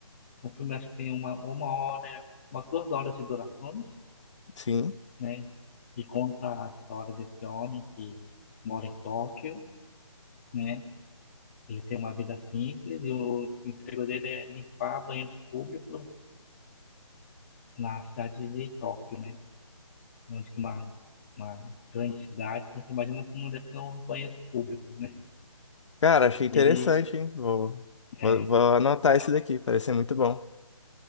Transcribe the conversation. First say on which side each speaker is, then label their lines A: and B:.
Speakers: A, on the left; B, on the left.
A: o filme acho que tem uma, uma hora, umas duas horas de durações,
B: Sim.
A: né? E conta a história desse homem que mora em Tóquio, né? Ele tem uma vida simples e o emprego dele é limpar banheiros públicos na cidade de Tóquio, né? Onde que uma, uma grande cidade, então você imagina como deve ser os banheiros públicos, né?
B: Cara, achei interessante,
A: E ele,
B: hein? Vou, vou,
A: é,
B: vou anotar
A: então,
B: esse daqui, parece ser muito bom.